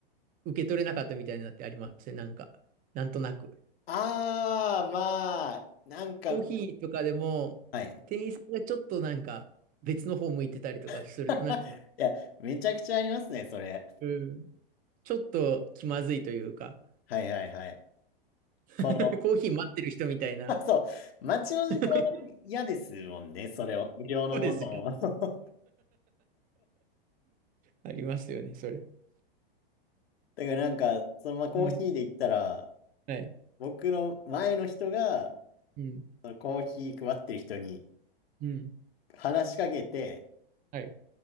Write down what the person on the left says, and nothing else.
ああ、まあ、なんか、
はい。
<laughs>
いや、めちゃくちゃありますね、それ。
はいはいはい。この
<laughs> あそう。待ちの時間は嫌ですもんね、
それを。無料のものを。
<laughs> だか
らなんか、そのまあコーヒーで言ったら、
僕の前の人が、
そのコーヒー配ってる人に
話しかけて、